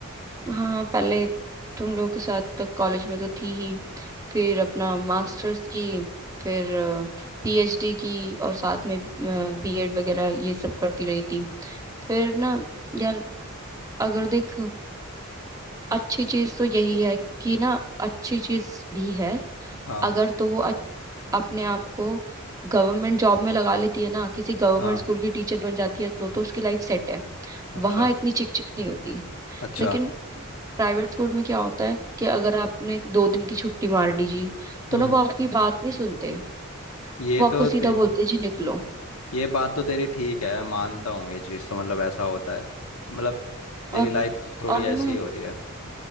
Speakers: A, on the right; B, on the left.
A: हाँ पहले तुम लोग के साथ तक कॉलेज में तो थी ही फिर अपना मास्टर्स की फिर पीएचडी की और साथ में बीएड वगैरह ये सब करती रही थी फिर ना यार अगर देख अच्छी चीज तो यही है कि ना अच्छी चीज भी है
B: हाँ
A: अगर तो वो अपने आप को गवर्नमेंट जॉब में लगा लेती है ना किसी गवर्नमेंट
B: हाँ
A: स्कूल की टीचर बन जाती है तो तो उसकी लाइफ सेट है
B: अच्छा
A: वहां इतनी चिक चिक नहीं होती
B: अच्छा
A: लेकिन प्राइवेट स्कूल में क्या होता है कि अगर आपने दो दिन की छुट्टी मार दी जी तो
B: हम्म
A: ना वो आपकी बात नहीं सुनते
B: ये
A: वो आपको
B: तो
A: सीधा
B: तेरे
A: बोलते हैं, जी निकलो
B: ये बात तो तेरी ठीक है मानता हूँ ये चीज़ तो मतलब ऐसा होता है मतलब तेरी
A: और
B: लाइफ थोड़ी
A: और ना
B: ऐसी ही हो रही है